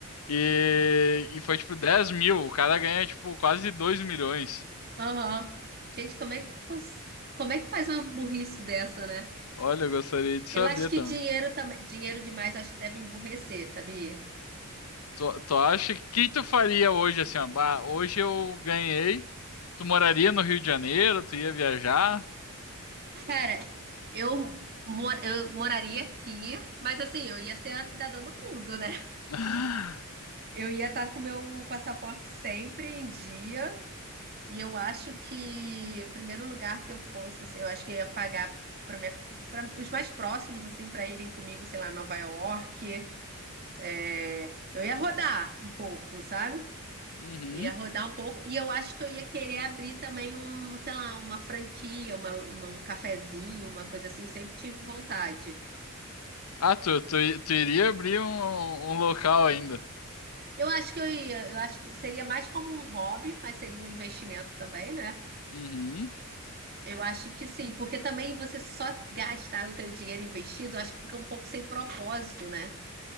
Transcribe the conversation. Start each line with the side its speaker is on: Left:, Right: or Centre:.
Left: E, e foi tipo 10 mil. O cara ganha, tipo, quase 2 milhões.
Right: Aham. Gente, como é que cons- como é que faz uma burrice dessa, né?
Left: Olha, eu gostaria de saber
Right: Eu acho que
Left: também.
Right: dinheiro também, dinheiro demais, eu acho que deve emburrecer, sabia?
Left: Tu, tu acha que que tu faria hoje assim, ó, bah, hoje eu ganhei. Tu moraria no Rio de Janeiro? Tu ia viajar?
Right: Cara, eu mor- eu moraria aqui, mas assim, eu ia ser a cidadã do mundo, né?
Left: <laughs>
Right: Eu ia estar com meu passaporte sempre em dia, e eu acho que o primeiro lugar que eu fosse, assim, eu acho que eu ia pagar para minha para os mais próximos assim para irem comigo, sei lá, Nova York, É, eu ia rodar um pouco, sabe?
Left: Uhum.
Right: Ia rodar um pouco. E eu acho que eu ia querer abrir também um, sei lá, uma franquia, uma, uma- um cafezinho, uma coisa assim. Sempre tive vontade.
Left: Ah, tu, tu, tu iria abrir um, um local ainda.
Right: Eu acho que eu ia, eu acho que seria mais como um hobby, mas seria um investimento também, né?
Left: Uhum.
Right: Eu acho que sim, porque também você só gastar o teu dinheiro investido, eu acho que fica um pouco sem propósito, né?